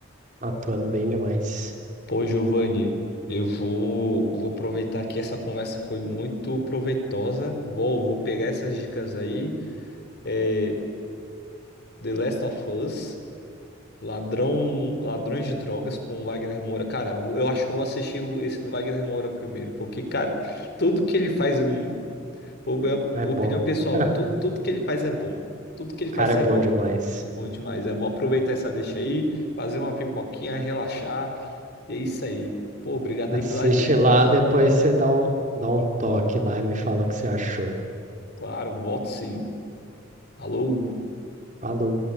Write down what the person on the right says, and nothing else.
atuando bem demais.
É
bom.
<laughs>
O cara
é bom
demais.
Assiste
lá, depois você dá um, dá um toque lá e me fala o que você achou.
Falou.